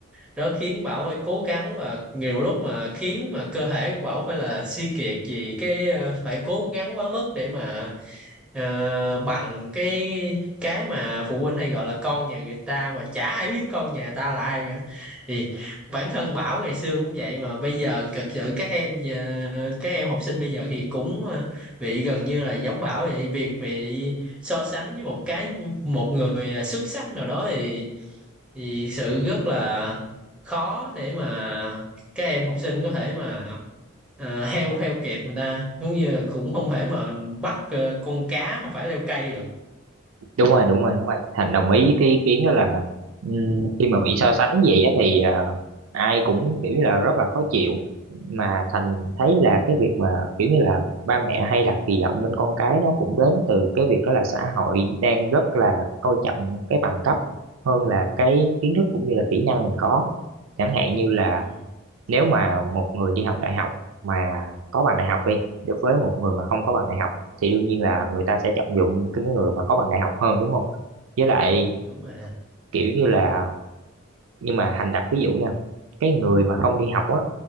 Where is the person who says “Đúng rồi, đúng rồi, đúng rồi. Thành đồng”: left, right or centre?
Right